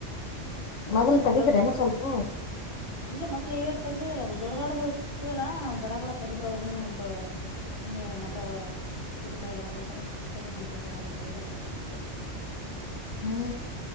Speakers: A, on the left; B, on the left.
A: ಮತ್ತ
B: ಮೊದಲ್
A: ಅದೇ
B: ತಗದ್ರನ
A: ದೊಡ್
B: ಸ್ವಲ್ಪ
A: ಇಲ್ಲ ಮೊದ್ ಏಡ್ ತಗ್ದಿ ಇಲ್ಲ ಅದು ದೊಡ್ಡ ದೊಡದು ಸಲ್ಲಾ ಬಡ ಬಡ ತಗದ್ರ ಅವರುನು ಒಂದು ಸುಮನೆ ಮತವ ಗಿಕಾಯಿ ಯಾರ ಬರ್ತಾರ ಅಂತ ಕುೂಂತ ನೀ ಬಡಾಡ ತಗೋರ ಟೈಮ್ಗಲಿ
B: ಹ್ಞೂ